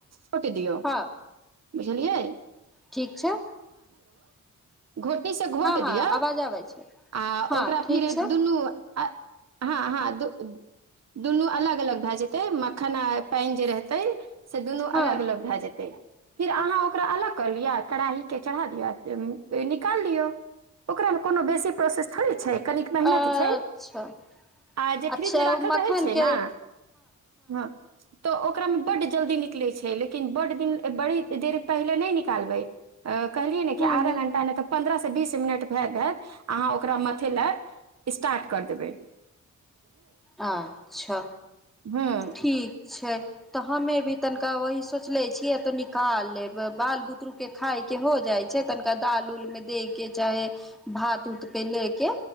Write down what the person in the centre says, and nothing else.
हँ
ठीक सँ
हँ
आवाज आबै छै
हँ
ठीक
छै
हँ
अच्छा
अच्छा
मक्खन
के
ह
ह
अच्छा
ठीक छै तऽ हमे भी तनिका वही सोचले छियै त निकाल लेबै बाल बुतरु के खाय के हो जाइ छै तनिका दाल उल मे दे के चाहे भात उत पे ले के